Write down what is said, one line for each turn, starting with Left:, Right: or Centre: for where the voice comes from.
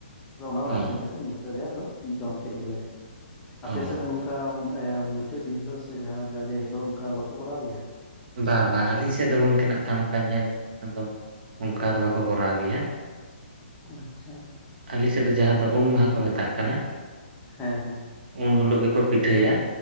Left: ᱟᱫᱚ ᱚᱱᱟ ᱠᱚ ᱦᱟᱹᱴᱤᱧ
Right: ᱚ
Left: ᱠᱟᱛᱮ ᱢᱩᱪᱟᱹᱫ ᱨᱮᱭᱟᱜ ᱫᱚ ᱡᱚᱢ ᱠᱮᱜ ᱜᱮᱞᱮ ᱟᱯᱮ
Right: ᱚ
Left: ᱥᱮᱫ ᱫᱚ ᱱᱚᱝᱠᱟ
Right: ᱟᱪᱪᱷᱟ
Left: ᱚᱱᱠᱟ ᱢᱩᱪᱟᱹᱫ ᱫᱤᱱ ᱦᱤᱞᱳᱜ ᱥᱮ ᱡᱟᱦᱟᱸ ᱡᱟᱞᱮ ᱦᱤᱞᱳᱜ ᱚᱱᱠᱟ ᱵᱟᱠᱚ ᱠᱚᱨᱟᱣ ᱜᱮᱭᱟ
Right: ᱵᱟ ᱵᱟᱝ ᱟᱹᱞᱤᱧ ᱥᱮᱫ ᱫᱚ ᱜᱚᱝᱠᱮ ᱱᱟᱜ ᱠᱷᱟᱱ ᱱᱚᱝᱠᱟ ᱧᱮᱞ ᱞᱮᱠᱷᱟᱱ ᱫᱚ ᱚᱱᱠᱟ ᱫᱚ ᱵᱟᱠᱚ ᱠᱚᱨᱟᱣ ᱜᱮᱭᱟ
Left: ᱟᱪᱪᱷᱟ
Right: ᱟᱞᱤ ᱥᱮᱫ ᱫᱚ ᱡᱟᱦᱟᱸ ᱫᱚ ᱩᱢ ᱢᱟᱦᱟ ᱠᱚ ᱢᱮᱛᱟᱜ ᱠᱟᱱᱟ
Left: ᱦᱮᱸ ᱦᱮᱸ
Right: ᱩᱱ ᱦᱤᱞᱳᱜ ᱜᱮᱠᱚ ᱯᱤᱴᱷᱟᱹ ᱭᱟ